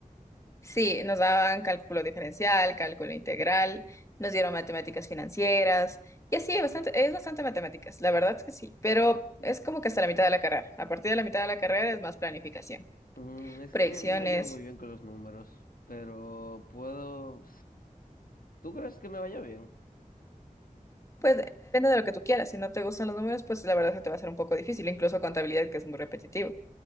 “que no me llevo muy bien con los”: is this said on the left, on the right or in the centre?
Left